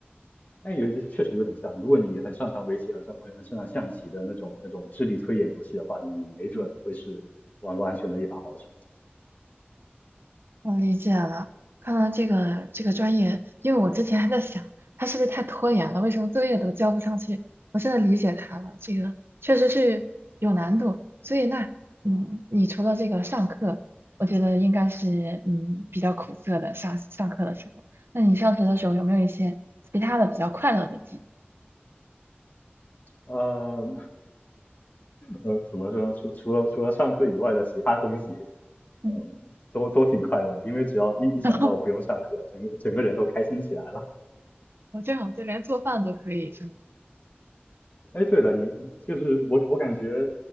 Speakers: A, on the left; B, on the right.
A: 但有一只确实有点像，如果你很擅长围棋，很擅很很擅长象棋的那种那种智力推演游戏的话，你没准会是网络安全的一把好手。
B: 嗯，我理解了。看到这个这个专业，因为我之前还在想，他是不是太拖延了？为什么作业都交不上去？我现在理解他了，这个确实是有难度。所以那，嗯，你除了这个上课，我觉得应该是嗯比较苦涩的上上课的时候。那你上学的时候有没有一些其他的比较快乐的记忆？
A: 呃呃，怎么说呢？除除了除了上课以外的其他东西，
B: 嗯，
A: 嗯，都都挺快乐的，因为只要一一想到不用上课，
B: <laughs> 然后
A: 整个整个人都开心起来了。
B: 我这好就连做饭都可以，是吗？
A: 哎，对了，你就是我我感觉